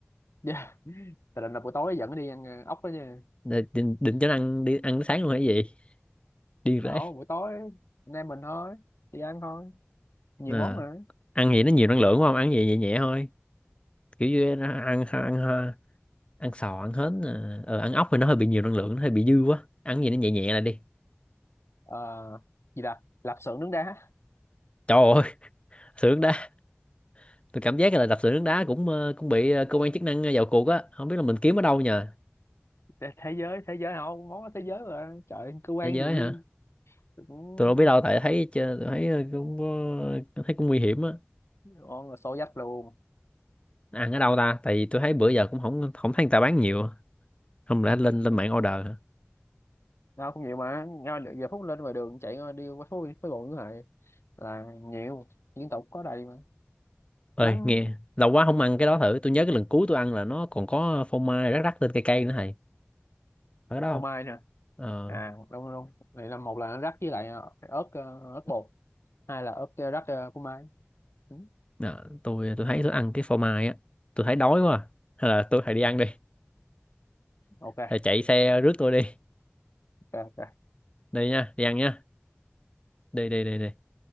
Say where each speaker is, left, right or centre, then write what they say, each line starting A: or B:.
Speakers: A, on the left; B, on the left.
A: yeah. tại định là buổi tối dẫn nó đi ăn ờ, ốc đó nha
B: định, định cho nó ăn đi ăn sáng luôn hay gì điên
A: đó
B: rể
A: buổi tối anh em mình thôi đi ăn thôi nhiều
B: à.
A: món nữa
B: ăn gì nó nhiều năng lượng quá không ăn gì nhẹ nhẹ thôi kiểu như nó ăn ăn ăn, sò ăn hến à. ờ, ăn ốc thì nó hơi bị nhiều năng lượng nó hơi bị dư quá ăn gì nó nhẹ nhẹ là đi
A: ờ, gì là lạp xưởng nướng đá
B: trời ơi <laughs> sữa nước đá tôi cảm giác là đập sữa nước
A: <laughs>
B: đá cũng ờ, cũng bị ờ, cơ quan chức năng ờ, vào cuộc á không biết là mình kiếm ở đâu nhờ
A: thế thế giới thế giới không món đó thế giới mà trời cơ quan
B: thế giới
A: gì
B: hả
A: cũng
B: tôi đâu biết đâu tại thấy chơ- tôi thấy ờ, cũng có- thấy cũng nguy hiểm á
A: ngon là xô dách luôn
B: ăn ở đâu ta tại vì tôi thấy bữa giờ cũng không không thấy người ta bán nhiều không lẽ lên lên
A: Ừ,
B: mạng order hả
A: ngon cũng nhiều mà ngon được giờ phút lên ngoài đường chạy ngon đi qua phố phố bộ như vậy là nhiều liên tục có đầy mà
B: ơi
A: bán
B: nghe lâu quá không ăn cái đó thử tôi nhớ cái lần cuối tôi ăn là nó còn có phô mai rắc rắc lên cây cây nữa thầy ở đâu
A: phô mai nè
B: ờ
A: à đúng đúng vậy là một là rắc với lại ờ, ớt ờ, ớt bột hai là ớt ờ, rắc ờ, phô mai Ừ,
B: đó, tôi tôi thấy tôi ăn cái phô mai á tôi thấy đói quá à. hay là tôi phải đi ăn đi
A: ok
B: hay chạy xe rước tôi đi
A: ok ok
B: đi nha đi ăn nha đi đi đi đi